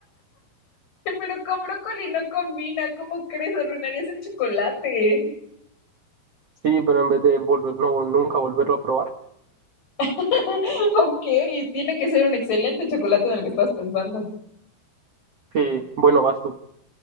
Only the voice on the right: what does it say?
Sí, pero en vez de volver, no, nunca volverlo a probar.
que bueno, vas tú.